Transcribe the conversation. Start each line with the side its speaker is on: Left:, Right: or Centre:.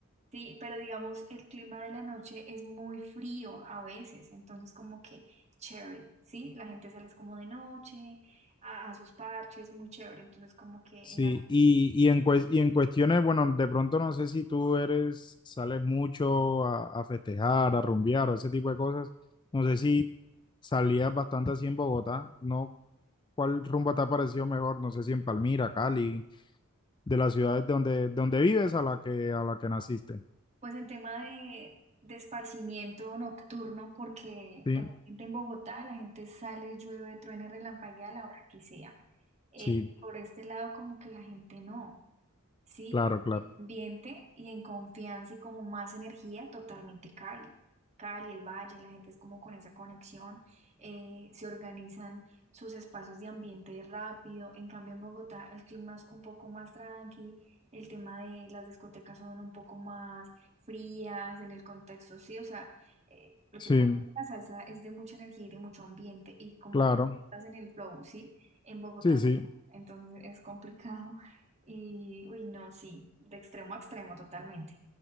Right: Sí, pero digamos el clima de la noche es muy frío a veces, entonces como que chévere, ¿sí? La gente sale es como de noche a, a sus parches, muy chévere, entonces como que
Left: Sí,
Right: el
Left: y, y, en, cues- y en cuestiones, bueno, de pronto no sé si tú eres, sales mucho a, a festejar, a rumbear o ese tipo de cosas. No sé si salías bastante así en Bogotá, ¿no? ¿Cuál rumba te ha parecido mejor? No sé si en Palmira, Cali, de las ciudades donde, donde vives a la que, a la que naciste.
Right: Pues en tema de, de esparcimiento nocturno, porque
Left: Sí,
Right: realmente en Bogotá la gente sale, llueve, truene, relampaguea a la hora que sea. Eh,
Left: sí,
Right: por este lado como que la gente no. ¿sí?
Left: claro,
Right: Y
Left: claro.
Right: en ambiente y en confianza y como más energía, totalmente Cali. Cali, el Valle, la gente es como con esa conexión, eh, se organizan sus espacios de ambiente rápido. En cambio, en Bogotá el clima es un poco más tranqui, el tema de las discotecas son un poco más frías en el contexto, sí, o sea, eh, lo
Left: Sí,
Right: que provoca la salsa es de mucha energía y de mucho ambiente y como
Left: claro.
Right: que estás en el flow, sí, en Bogotá
Left: Sí, sí.
Right: no. Entonces es complicado y, uy, no, sí, de extremo a extremo, totalmente.